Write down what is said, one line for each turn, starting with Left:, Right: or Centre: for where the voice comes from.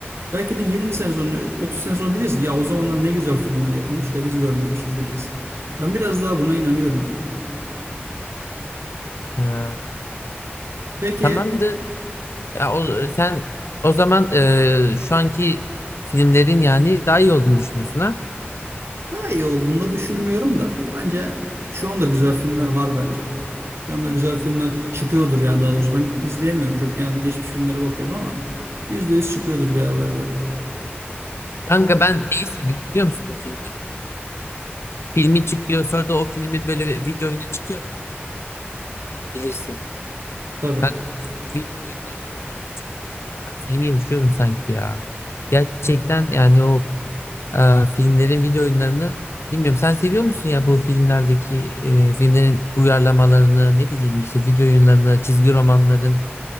Right: Belki de 20 sene sonra, 30 sene sonra diyeceğiz ki ya o zamanlar ne güzel filmler yapılmış da biz görmemişiz diyeceğiz. Ben biraz daha buna inanıyorum ya.
Left: Ha,
Right: Peki
Left: tamamdır. Ya o, sen o zaman e, şu anki filmlerin yani daha iyi olduğunu düşünüyorsun ha?
Right: Daha iyi olduğunu da düşünmüyorum da. Ya bence şu anda güzel filmler var bence. Şu anda güzel filmler çıkıyordur yani daha doğrusu ben izleyemiyorum. Çok genelde geçmiş filmlere bakıyorum ama yüzde yüz çıkıyordur bir yerlerde.
Left: Kanka ben neyi seviyorum biliyor musun bu filmlerde? Filmi çıkıyor sonra da o filmin böyle video oyunu çıkıyor ya bilirsin.
Right: Tabii.
Left: Kanka o video oyunlarını oynamayı çok seviyorum. yani filmi yaşıyorum sanki ya. Gerçekten yani o e, filmlerin video oyunlarını bilmiyorum. Sen seviyor musun ya bu filmlerdeki e, filmlerin uyarlamalarını ne bileyim işte video oyunlarını, çizgi romanların